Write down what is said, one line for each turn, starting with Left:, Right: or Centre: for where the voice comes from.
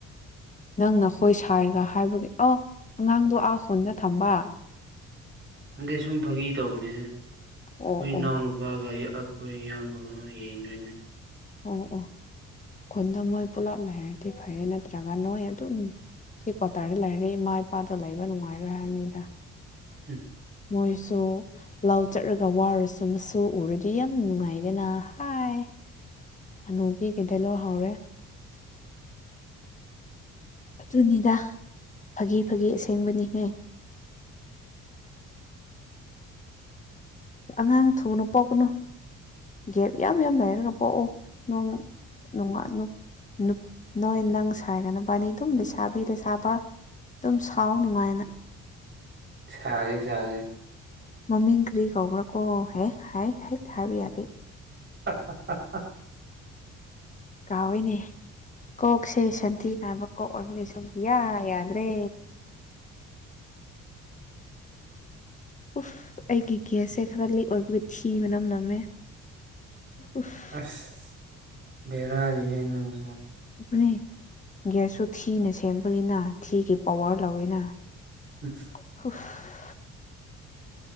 Left: ꯅꯪꯅ ꯑꯈꯣꯏ ꯁꯥꯏꯒ ꯍꯥꯏꯕꯒꯤ ꯑꯧ ꯑꯉꯥꯡꯗꯣ ꯑꯥ ꯈꯨꯟꯗ ꯊꯝꯕ
Right: ꯅꯟꯗꯦ ꯁꯨꯝ ꯐꯥꯒꯤ ꯇꯧꯕꯅꯦꯍꯦ ꯑꯩꯈꯣꯏ
Left: ꯑꯣ
Right: ꯏꯅꯥꯎꯅꯨ
Left: ꯑꯣ
Right: ꯋꯥꯒꯢ ꯑꯩꯈꯣꯏ ꯏꯌꯥꯝꯕꯒ ꯌꯦꯡꯗꯣꯏꯅꯦ
Left: ꯑꯣ ꯑꯣ ꯈꯨꯟꯗ ꯃꯣꯏ ꯄꯨꯂꯞ ꯂꯩꯔꯗꯤ ꯐꯩꯌꯦ ꯅꯠꯇ꯭ꯔꯒ ꯅꯣꯏ ꯑꯗꯨꯝ ꯁꯤ ꯀ꯭ꯋꯥꯇꯔꯗ ꯂꯩꯔꯔꯤ ꯏꯃꯥ ꯏꯄꯥꯗꯣ ꯂꯩꯕ ꯅꯨꯡꯉꯥꯏꯔꯣꯏ ꯍꯥꯏꯅꯤꯗ
Right: ꯎꯝ
Left: ꯃꯣꯏꯁꯨ ꯂꯥꯎ ꯆꯠꯂꯒ ꯋꯥꯔꯁꯨ ꯃꯁꯨ ꯎꯔꯗꯤ ꯌꯥꯝ ꯅꯨꯡꯉꯥꯏꯒꯦꯅ ꯍꯥꯏ ꯍꯅꯨꯕꯤꯒꯤꯗ ꯂꯣ ꯍꯥꯎꯔꯦ ꯇꯨꯅꯤꯗ ꯐꯥꯒꯤ ꯐꯥꯒꯤ ꯑꯁꯦꯡꯕꯅꯤꯍꯦ ꯑꯉꯥꯡ ꯊꯨꯅ ꯄꯣꯛꯀꯅꯨ ꯒꯦꯞ ꯌꯥꯝ ꯌꯥꯝ ꯂꯩꯔꯒ ꯄꯣꯛꯎ ꯅꯣꯡ ꯅꯨꯡꯉꯅꯨ ꯅꯨ ꯅꯣꯏ ꯅꯪ ꯁꯥꯏꯒ ꯕꯥꯅꯤ ꯑꯗꯨꯝ ꯂꯩꯁꯥꯕꯤ ꯂꯩꯁꯥꯕ ꯑꯗꯨꯝ ꯁꯥꯎ ꯅꯨꯡꯉꯥꯏꯅ
Right: ꯁꯥꯒꯦ ꯁꯥꯒꯦ
Left: ꯃꯃꯤꯡ ꯀ꯭ꯔꯤ ꯀꯧꯕꯔꯀꯣ ꯍꯦ ꯍꯥꯏ ꯍꯥꯏ ꯍꯥꯢꯕ ꯌꯥꯗꯦ
Right: ꯍ ꯍ ꯍ ꯍ
Left: ꯀꯥꯎꯋꯤꯅꯦ ꯀꯣꯛꯁꯦ ꯁꯟꯊꯤ ꯍꯥꯟꯕ ꯀꯣꯛ ꯑꯣꯏꯕꯒꯤ ꯁꯨꯛꯌꯥ ꯌꯥꯗ꯭ꯔꯦ ꯎꯐ ꯑꯩꯒꯤ ꯒꯦꯁꯁꯦ ꯈꯔ ꯂꯤꯛ ꯑꯣꯏꯕꯒ ꯊꯤ ꯃꯅꯝ ꯅꯝꯃꯦ ꯎꯐ
Right: ꯑꯁ ꯚꯦꯔꯥꯅꯤꯍꯦ ꯅꯪꯖꯨ
Left: ꯑꯗꯨꯅꯦ ꯒ꯭ꯌꯥꯁꯁꯨꯨ ꯊꯤꯅ ꯁꯦꯝꯕꯒꯤꯅ ꯊꯤꯒꯤ ꯄꯋꯥꯔ ꯂꯧꯋꯤꯅ
Right: ꯑ <inaudible>
Left: ꯍꯨꯐ